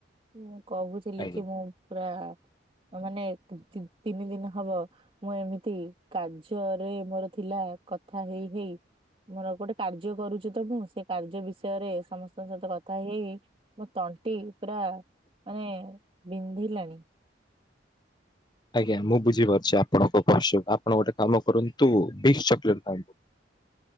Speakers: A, on the right; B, on the left.
A: ମୁଁ କହୁଛି ଥିକି
B: ଆଜ୍ଞା।
A: ମୁଁ ପୁରା ମାନେ ତିନି ଦିନ ହବ ମୁଁ ଏମିତି କାର୍ଯ୍ୟରେ ମୋର ଥିଲା କଥା ହେଇ ହେଇ ମୋର ଗୋଟେ କାର୍ଯ୍ୟ କରୁଛି ତ ମୁଁ ସେ ନିଜ ବିଷୟରେ ସମସ୍ତ ଙ୍କ ସହିତ କଥା ହେଇ ହେଇ ମୋ ତଣ୍ଟି ପୁରା ମାନେ ବିନ୍ଧିଲାଣି।
B: ଆଜ୍ଞା ମୁଁ ବୁଝିପାରୁଛି ଆପଣଙ୍କ କଷ୍ଟ କୁ ଆପଣ ଗୋଟେ କାମ କରନ୍ତୁ ଭିକ୍ସି ଚକୋଲେଟ ଖାଆନ୍ତୁ।